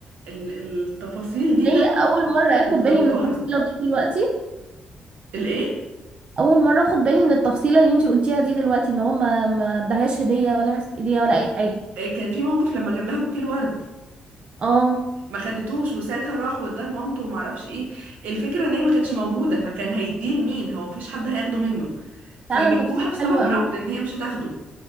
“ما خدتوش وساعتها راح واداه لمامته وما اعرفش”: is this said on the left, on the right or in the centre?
Right